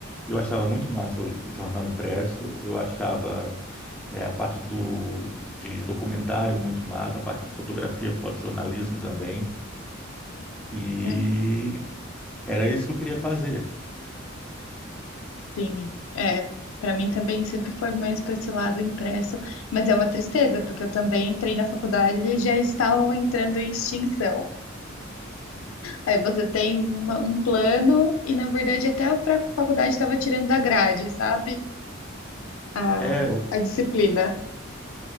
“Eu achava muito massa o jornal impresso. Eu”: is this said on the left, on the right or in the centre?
Centre